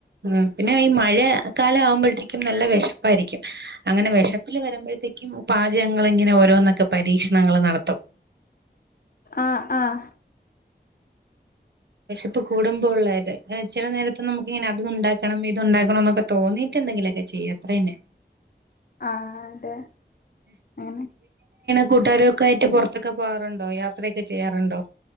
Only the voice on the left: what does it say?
ആഹ് ആഹ്
ആഹ് അതെ അങ്ങനെ